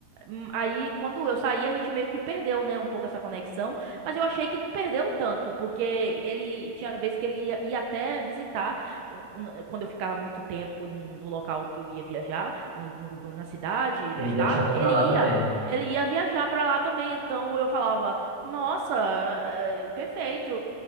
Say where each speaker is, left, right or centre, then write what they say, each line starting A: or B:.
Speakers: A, on the right; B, on the right.
A: Hum, Aí quando eu saí, a gente meio que perdeu, né, um pouco essa conexão, mas eu achei que não perdeu tanto, porque ele tinha vez que ele ia, ia até visitar um- um- quando eu ficava muito tempo no local que eu ia viajar no- no- na cidade,
B: Ele
A: no estado,
B: viajava para
A: ele
B: lá
A: ia,
B: também.
A: ele ia viajar pra lá também. Então eu falava, nossa, é, perfeito,